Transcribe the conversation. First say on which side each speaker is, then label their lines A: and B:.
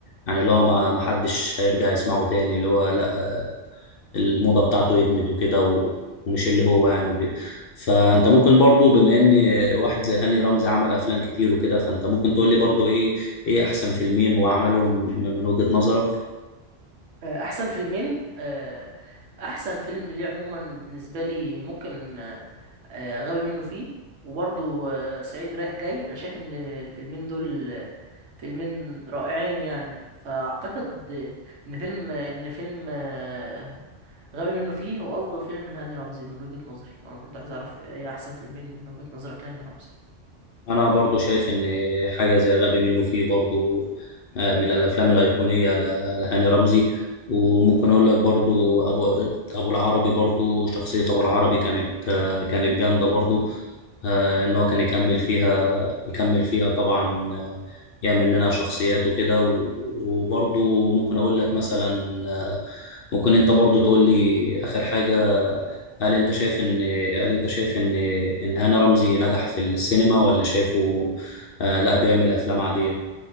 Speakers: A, on the left; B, on the right.
A: يعني اللي هو ما ما حدش هيرجع يسمعه تاني اللي هو لا الموضه بتاعته ادمت وكده و- ومش اللي هو يعني وكده فانت ممكن برضو بما ان واحد زي هاني رمزي عمل افلام كتير وكده فانت ممكن تقول لي برضو ايه ايه احسن فيلمين هو عملهم من وجهة نظرك
B: آه، احسن فيلمين آه، احسن فيلم ليه عموما بالنسبه لي ممكن آه، آه، غبي منه فيه وبرضو آه، صعيدي رايح جاي انا شايف ان الفيلمين دول آه، فيلمين رائعين يعني فاعتقد ان فيلم ان فيلم آه، غبي منه فيه هو افضل فيلم لهاني رمزي من وجهه نظري وانا برضو عايز اعرف ايه احسن فيلمين من وجهه نظرك لهاني رمزي
A: انا برضو شايف ان حاجه زي غبي منه فيه برضو آه، من الافلام الايقونيه ل- لهاني رمزي وممكن اقول لك برضو ابو ابو العربي برضو شخصيه ابو العربي كانت آه، كانت جامده برضو آه، ان هو كان يكمل فيها يكمل فيها طبعا آه، يعمل منها شخصيات وكده و- وبرضو ممكن اقول لك مثلا آه، ممكن انت برضو تقول لي اخر حاجة هل انت شايف ان هل انت شايف ان ان هاني رمزي نجح في السينما ولا شايفه آه، لا بيعمل افلام عادية